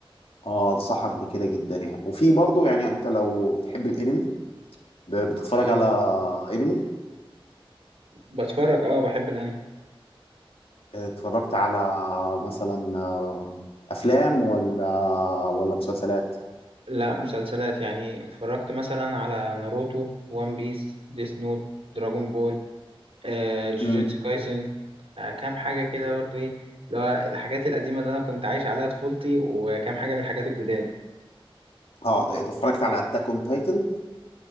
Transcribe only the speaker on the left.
اه انصحك بكده جدا يعني وفي برضه يعني انت لو بتحب الانمي ب- بتتفرج
على انمي
اتفرجت على مثلا آه، افلام ولا ولا مسلسلات
امم
اه اتفرجت على اتاك اون تايتن